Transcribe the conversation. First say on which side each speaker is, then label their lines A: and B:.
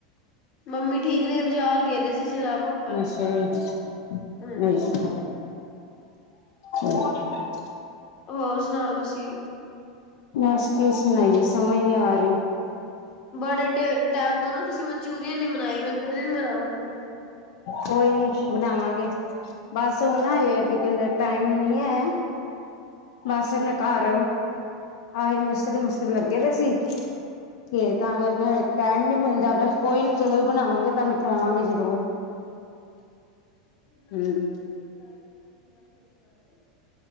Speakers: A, on the left (about 40°); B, on the left (about 65°).
A: ਮੰਮੀ ਠੀਕ ਰਹੇ ਬਜ਼ਾਰ ਗਏ ਨੇ ਸੀ <unintelligible>
B: ਅੱਛਾ ਜੀ
A: ਹਾਂਜੀ,
B: ਅੱਛਾ <unintelligible>
A: ਹੋਰ ਸੁਣਾਓ ਤੁਸੀਂ
B: ਬਸ ਕੀ ਸੁਣਾਈਏ ਸਮਝ ਨਹੀਂ ਆ ਰਹੀ।
A: ਬੜੇ ਟਾਈਮ ਤੋਂ ਨਾ ਤੁਸੀਂ ਮਨਚੂਰੀਅਨ ਨਹੀਂ ਬਣਾਇਆ ਮਨਚੂਰੀਅਨ ਬਣਾਓ ਕਦੀ
B: ਕੋਈ ਨੀ ਬਣਾਵਾਂਗੇ ਬਸ ਉਹ ਨਾ ਇਹ ਹੈ ਕਿ ਕਹਿੰਦੇ ਟਾਈਮ ਨੀ ਹੈ। ਮਾਸੀ ਨੇ ਘਰ, ਆਏ ਮਿਸਤਰੀ- ਮੁਸਤਰੀ ਲੱਗੇ ਦੇ ਸੀ। ਤੇ ਤਾਂ ਕਰਕੇ ਟਾਈਮ ਨੀ ਮਿਲਦਾ ਪਿਆ ਕੋਈ ਨੀ ਜਦੋਂ ਬਣਾਵਾਂਗੇ ਤੁਹਾਨੂੰ ਖਾਵਾਂਗੇ ਜ਼ਰੂਰ <unintelligible>
A: ਅਸੀ ਵੀ ਬਣਾਏ
B: ਹਮ
A: ਸੀ ਇੱਕ ਵਾਰੀ ਟਰਾਈ ਕੀਤਾ ਸੀ ਮੈਂ ਇਥੇ ਬਣਾ ਕੇ,